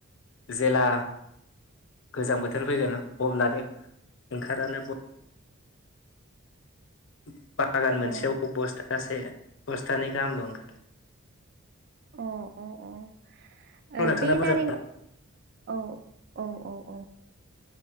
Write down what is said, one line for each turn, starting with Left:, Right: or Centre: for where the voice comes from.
Left: जेला गोजां बोथोर फैगोन अब्लाद ओंखाराना <unintelligible> बागान
Right: अ
Left: मोनसेयाव ब बस्थासे बस्थानै गाहामल ओंखारो।
Right: अ अ अ
Left: प्रडाक्सना
Right: ओ बे
Left: बुरजा
Right: नारें औ औ औ औ